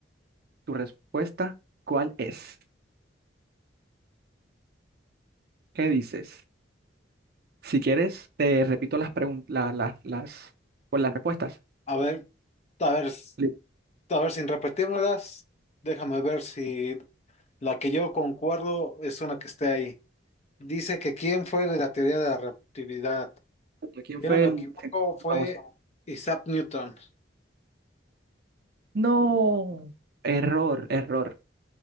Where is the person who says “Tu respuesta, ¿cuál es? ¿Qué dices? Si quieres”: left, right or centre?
Right